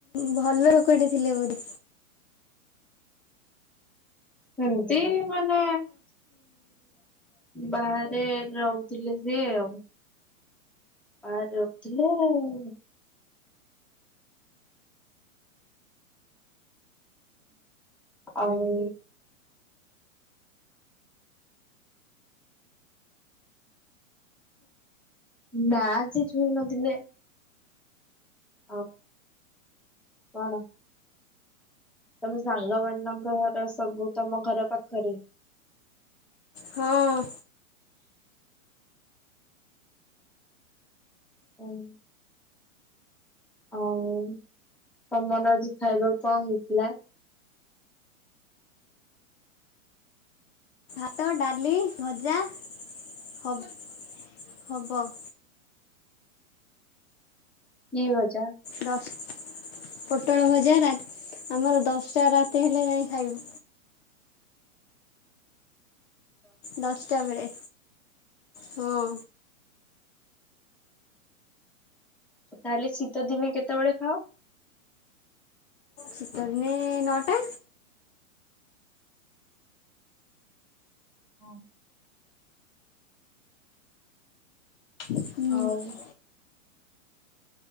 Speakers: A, on the left; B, in the centre.
A: ଭଲ ଲୋକଟେ ଥିଲେ ବୋଧେ?
B: ସେମ୍ତି ମାନେ ବାହାରେ ରହୁଥିଲେ ସିଏ ଆଉ। ବାହାରେ ରହୁଥିଲେ ଆଉ। ଆଉ ନା ଆଜି ଛୁଇଁ ନଥିଲେ। ହଁ କଣ? ତମ ସାଙ୍ଗମାନଙ୍କ ଘର ସବୁ ତମ ଘର ପାଖରେ?
A: ହଁ।
B: <unintelligible> ଆଉ ତମର ଆଜି ଖାଇବାକୁ କଣ ହେଇଥିଲା?
A: ଭାତ, ଡାଲି, ଭଜା ହବ-ହବ।
B: କି ଭଜା?
A: ଦଶ ପୋଟଳ ଭଜା ରା ଆମର ଦଶଟା ରାତି ହେଲେ ଯାଇଁ ଖାଇବୁ। ଦଶଟା ବେଳେ ହଁ।
B: ତାହେଲେ ଶୀତ ଦିନେ କେତେବେଳେ ଖାଅ?
A: ଶୀତ ଦିନେ ନଅଟା।
B: ହଁ।
A: ହୁଁ <inaudible>
B: ଆଉ